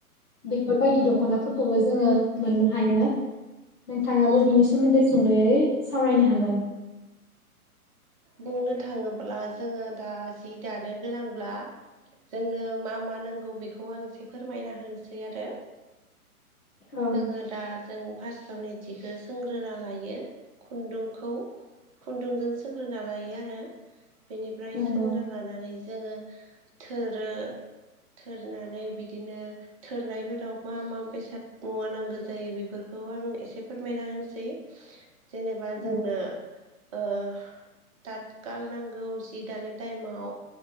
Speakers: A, on the left; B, on the right.
A: बेफोरबायदि दख'नाफोरखौबो जोङो मोननो हायो। नोंथाङाबो बिनि सोमोन्दै सुंदै सावरायनो हागोन
B: बुंनो थाङोब्ला जोङो दा जि दानो गोनांब्ला जोंनो मा मा नांगौ बेखौ आं एसे फोरमायना होनोसै आरो।
A: औ
B: जोङो दा जों फार्स्ट सावनिथिखौ सोंग्रोना लायो खुन्दुंखौ खुन्दुंजों सों ग्रोना लायो आरो। बेनिफ्राय
A: नंगौ
B: सोंना लानानै जोङो थोरो थोरनानै बिदिनो थोरनायफोराव मा मा बेसाद मावा नांगौ जायो बेफोरखौ आं एसे फोरमायना होनोसै जेनेबा
A: औ
B: जोंनो ओ ताथखाल नांगौ जि दानाय टाइमाव